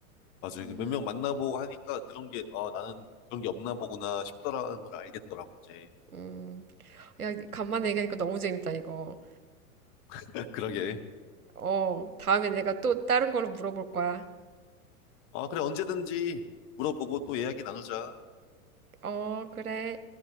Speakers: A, on the left (about 30°); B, on the right (about 75°).
A: 맞아요.
B: 음,
A: 몇 명 만나보고 하니까 그런 게, 아, 나는 그런 게 없나 보구나 싶더라는 걸 알겠더라고, 이제.
B: 음. 야, 간만에 얘기하니까 너무 재밌다, 이거.
A: <laughs> 그러게.
B: 어, 다음에 내가 또 다른 걸로 물어볼 거야.
A: 아, 그래, 언제든지 물어보고 또 이야기 나누자.
B: 어, 그래.